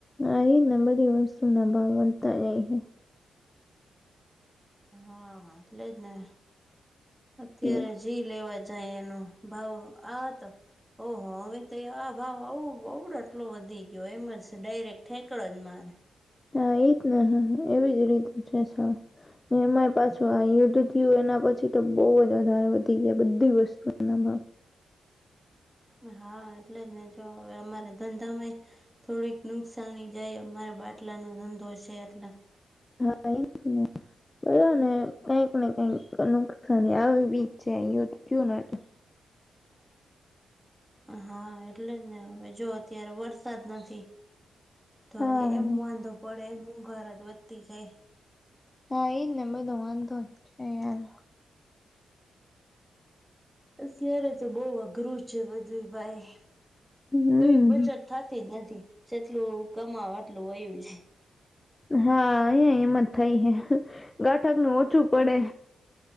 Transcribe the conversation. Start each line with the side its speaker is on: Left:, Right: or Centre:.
Left: અરે નંબર શું નં બનતા જાય હ
Centre: હા એટલે જ ને અત્યારે
Left: હા
Centre: જી લેવા જાય એનો ભાવ આહ ઓહો હવે તો આ ભાવ આવું બવ આટલો વધી ગયો એમ જ ડાયરેક્ટ ઠેકડો જ મારે
Left: હા એજ ને હ એવી જ રીતે છે. એમાંય પાછું આ યુદ્ધ થયું એના પછી તો બહુ જ વધારે વધી ગયા બધી વસ્તુના ભાવ
Centre: હા એટલે જ ને જો હવે અમારે ધંધામાંય થોડીક નુકસાની જાય, અમારે બાટલાનો ધંધો છે એટલે
Left: હા <unintelligible> ને કઈક ને કઈક નુકસની આવી જ જાય છે અ તો થયું ને એટલે
Centre: હા એટલે જ ને હવે જો અત્યારે વરસાદ નથી, તો
Left: હા
Centre: હવે એમ વાંધો પડે, શુંઘાર જ વધતી જાય
Left: હા એ જ બધો વાંધો જ છે યાર
Centre: અત્યારે તો બવ અઘરું છે બધું ભાઈ.
Left: હમ
Centre: કઈ બચત થતી જ નથી જેટલું કમાવ આટલું વયું જાય.
Left: હા અ એમ જ થાય હે, ગાઠકનું ઓછું પડે